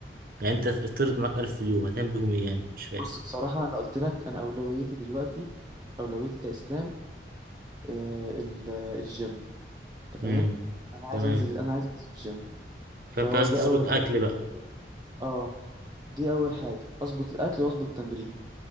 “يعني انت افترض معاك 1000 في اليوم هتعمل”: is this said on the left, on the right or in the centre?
Right